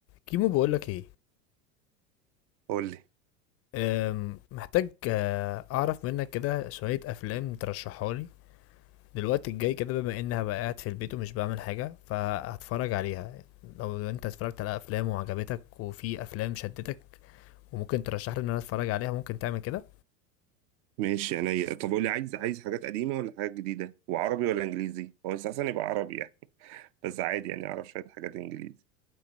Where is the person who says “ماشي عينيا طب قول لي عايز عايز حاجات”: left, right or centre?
Right